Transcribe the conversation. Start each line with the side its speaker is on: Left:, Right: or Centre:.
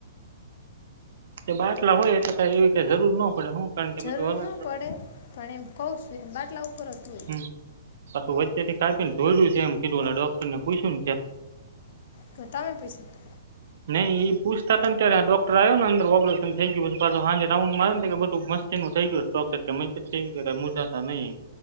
Right: કે બાટલા હોય એટલે કાંઈ એવી કાંઈ જરૂર નો પડે હું. કારણ કે
Left: જરૂર
Right: બધું હલન
Left: ના પડે, પણ એમ કઉ છું એમ બાટલા ઉપર જ હોય
Right: હ, પાછું એસ્થેટિક કાપીને જોયડું છે એમ કીધું ઓલા ડોક્ટરને પૂયછું ને કે.
Left: કતામે પૈસા તો.
Right: નહીં એ પૂછતાતાને ત્યારે આ ડોક્ટર આવ્યો ને અંદર ઓપરેશન થઈ ગયું પછી પાછો હાંજે રાઉન્ડમાં આયવો ને તે કે બધું મસ્તીનું થઈ ગ્યું છે, ડોકર કે. મન કે <unintelligible> મૂંઝાતા નહી.